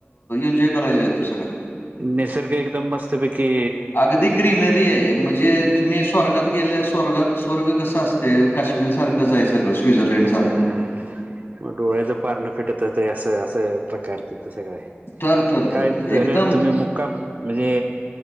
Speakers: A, on the left; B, on the right.
A: एन्जॉय करायला येतो सगळां.
B: निसर्ग एकदम मस्त पैकी
A: अगदी ग्रीनरीय म्हणजे तुम्ही स्वर्गात गेल्या स्वर्गात स्वर्ग कस असते काश्मीर सारखंच हाय सगळं स्वित्झर्लंडसारखं.
B: हम् हम् हं मग डोळ्याचं पारनं फेटत असं असं प्रकार तिथं सगळाय
A: तर, तर,
B: काय
A: तर, तर एकदम
B: रे तुम्ही मु काम म्हणजे